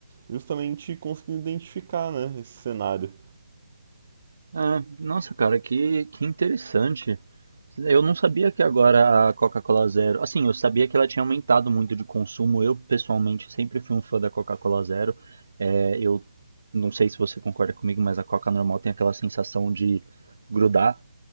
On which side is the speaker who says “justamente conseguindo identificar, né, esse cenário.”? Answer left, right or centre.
Right